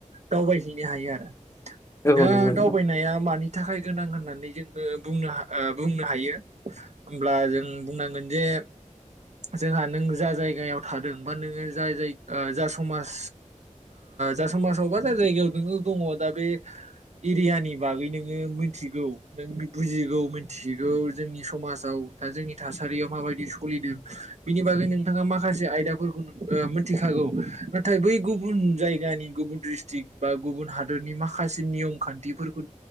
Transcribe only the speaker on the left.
औ
नंगौ
नोंथां